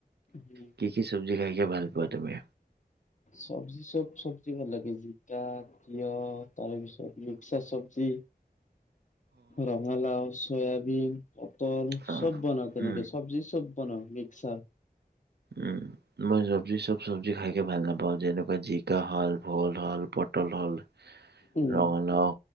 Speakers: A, on the left (about 50°); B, on the right (about 80°).
A: উম,
B: কি কি চব্জি খাইক ভাল পোৱাা তুমি
A: চব্জি চব চব্জি ভাল লাগে জিকা তিয়হ তাৰপিছত মিক্স চব্জি ৰঙালাও চয়াবিন পটল
B: অ',
A: চব বনাও তেনেকে
B: উম,
A: চব্জি চব বনাও মিক্সাৰ।
B: উম। মই চব্জি চব চব্জি খাইকে ভাল নাপাওঁ যেনেকুৱা জিকা হ'ল ভোল হ'ল পটল হ'ল
A: উম,
B: ৰঙালাও